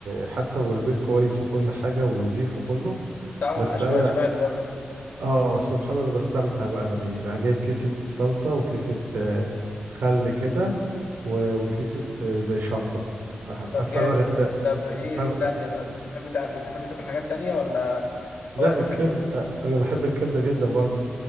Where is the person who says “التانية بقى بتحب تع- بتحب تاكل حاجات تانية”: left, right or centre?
Left